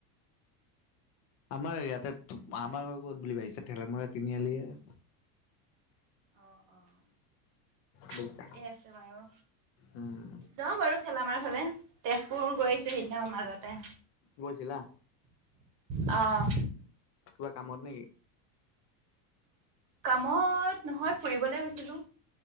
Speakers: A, on the left; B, on the right.
A: আমাৰ ইয়াতে আমাৰ ঘৰ ক'ত বুলি ভাবিছে ঠেলা মাৰা তিনিআলিয়ে।
B: অ', অ',
A: বুজিছা।
B: ঠিকে আছে বাৰু।
A: উম,
B: যাওঁ বাৰু ঠেলা মাৰ ফালে তেজপুৰ গৈ আছো সেইদিনা মাজতে।
A: গৈছিলা?
B: অ',
A: কিবা কামত নেকি?
B: কামত নহয় ফুৰিবলে গৈছিলোঁ।